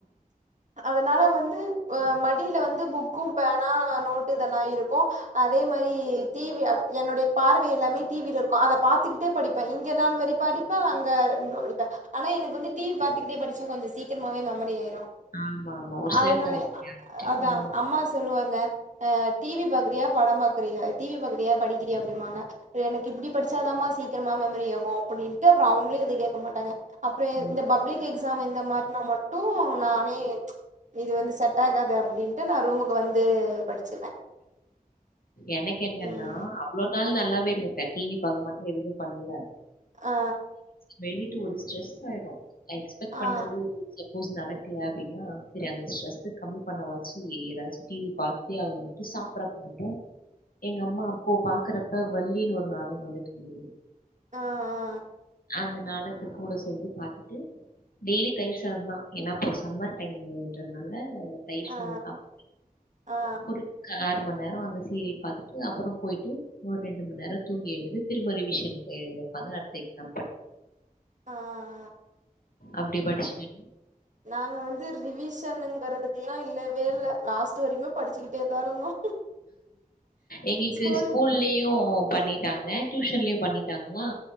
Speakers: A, on the right; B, on the left.
A: அதனால வந்து அ மடியில வந்து புக்கு பேன் நோ நோட்டு இதெல்லா இருக்கு அதே மாரி டிவி என்னோடைய பார்வை எல்லாமே டிவிலருக்கு அத பாத்துக்கிட்டு படிப்பே இங்க நாள் வரி படிப்பே அங்க படிப்பே ஆனா எனக்கு டிவி பாத்துக்கிட்டே படிச்சா கொஞ்சோ சீக்கிரமாவே மெமரி ஆயிரு
B: ஆமா ஆமா ஒரு சிலர்
A: அதனால
B: <inaudible>
A: அதா
B: ம்
A: அம்மா சொல்லுவாங்க டிவி பாக்கிறியா படம் பாக்கிறியா டிவி பாக்கிரியா படிக்கிறியா அப்படிமாங்க எனக்கு இப்பிடி படிச்சாதாமா சீக்கிரமா மெமரி ஆகு அப்டின்ட்டு அப்புறோ அவுங்களே எது கேக்க மாட்டாங்க அப்பறோ
B: ம்.
A: இந்த பப்ளிக் எக்ஸாமு இந்த மாரினா மட்டும் நானே இது வந்து செட்டாகாது அப்டின்ட்டு நா ரூமுக்கு வந்து படிச்சு
B: எனக்கு என்னன்னா
A: ம்
B: அவ்ளோ ல்லா நல்லாவே இருந்துட்ட டிவி பாக்க மாட்ட எதுவுமே பண்ணல
A: ஆ
B: மேய்விட்டு ஒரு ஸ்ட்ரெஸ்சாயிடு நா எக்ஸ்பெக்ட் பண்ணது
A: ஆ
B: ஏப் சப்போஸ் நடக்கல அப்டின்னா செரி அந்த ஸ்ட்ரெஸு கம்மி பண்ணவாச்சு ஏதாச்சு டிவி பாத்தே ஆவணு சாப்டறப்ப மட்டு எங்க அம்மா அப்போ பாக்கறப்ப வள்ளின்னு ஒரு நாடகோ வந்துட்டு இருந்தது
A: ஆ ஆ
B: அந்த நாடகத் கூட சேந்து பாத்துட்டு டெய்லி தயிர் சாதந்தா ஏன்னா அப்போ சம்மர் டைம்ன்றதுனால தயிர்
A: ஆ
B: சாதம்
A: ஆ
B: சாப்
A: ஆ
B: ஒரு ஆறு மண் நேரோ அந்த சீரியல் பாத்துட்டு அப்பறோ போயிட்டு ஒரு ரெண்டு மணி நேரோ தூங்கி எழுந்து திரும்ப ரிவிஷன் பெய் எழுந்து உக்காந்து அடுத்த எக்ஸாம் பட்
A: ஆ ஆ
B: அப்டி படிச்சிட்டு
A: நாங்க வந்து ரிவிஷனுங்கறதுக்கெல்லா இல்லவே இல்ல லாஸ்ட் டு வரைக்கு படிச்சிக்கிட்டே தா இருந்தோ
B: எங்களுக்கு
A: ஸ்கூல்
B: ஸ்கூல்லயு பண்ணிட்டாங்க டியூஷன்லயு பண்ணிட்டாங்ளா